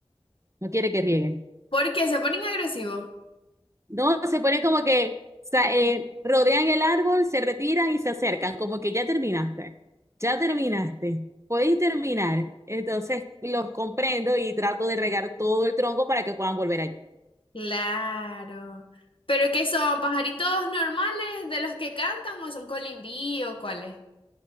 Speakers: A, on the right; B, on the left.
A: No quiere que rieguen.
B: ¿Por qué se ponen agresivos?
A: No, se pone como que sa- eh, rodean el árbol, se retiran y se acercan, como que ya terminaste, ya terminaste, podéis terminar. Entonces los comprendo y trato de regar todo el tronco para que puedan volver allí.
B: Claro. ¿Pero qué son? ¿Pajaritos normales de los que cantan o son colibrí o cuáles?